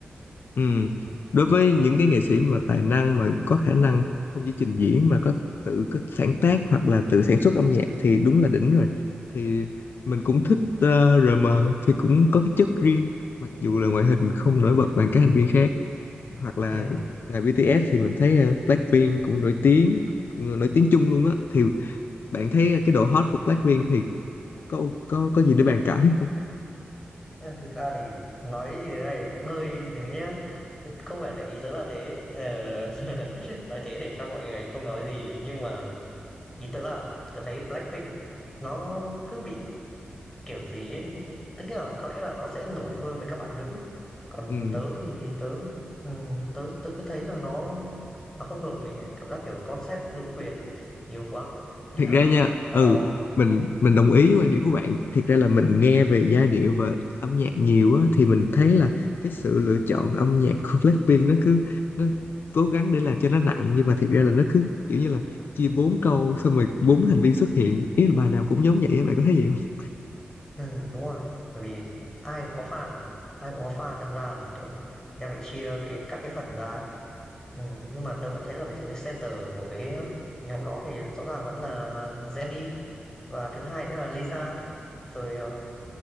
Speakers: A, on the left; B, on the left.
A: ừ. đối với những cái nghệ sĩ mà tài năng mà có khả năng không chỉ trình diễn mà có tự có sáng tác hoặc là tự sản xuất âm nhạc thì đúng là đỉnh rồi thì mình cũng thích ờ, RM thì cũng có cái chất riêng mặc dù là ngoại hình không nổi bật bằng các thành viên khác hoặc là
B: Ừm.
A: ngoài BTS thì mình thấy ờ, Blackpink cũng nổi tiếng cũng nổi tiếng chung luôn á thì bạn thấy ờ, cái độ hot của Blackpink thì có có có gì để bàn cãi
B: Ờ, thực ra thì nói như thế này cũng hơi thế nhá. Không phải là ý tớ là thế, ờ, <laughs> nói thế để cho mọi người không nói gì, nhưng mà ý tớ là tớ thấy Blackpink nó cứ bị kiểu gì ấy, tức là có lẽ là nó sẽ nổi hơn với các bạn nữ. Còn
A: ừ.
B: tớ thì tớ ừm, tớ tớ cứ thấy là nó nó không hợp mình ấy, cảm giác kiểu concept nữ quyền nhiều quá. Ý là
A: thiệt ra nha
B: họ
A: ừ mình mình đồng ý với quan điểm của bạn thiệt ra là mình nghe về giai điệu và âm nhạc nhiều á thì mình thấy là cái sự lựa chọn âm nhạc của Blackpink nó cứ nó cố gắng để làm cho nó nặng nhưng mà thiệt ra là nó cứ kiểu như là chia bốn câu xong rồi bốn thành viên xuất hiện ý là bài nào cũng giống vậy á bạn có thấy gì không
B: Ừ đúng rồi, bởi vì ai cũng có fan mà, ai cũng có fan đâm ra là, kiểu, đem phải chia cái các cái phần ra ấy. Ừm, nhưng mà tớ vẫn thấy là ví dụ như center của cái nhóm đó thì rõ ràng vẫn là Jennie và thứ hai nữa là Lisa, rồi, ờ,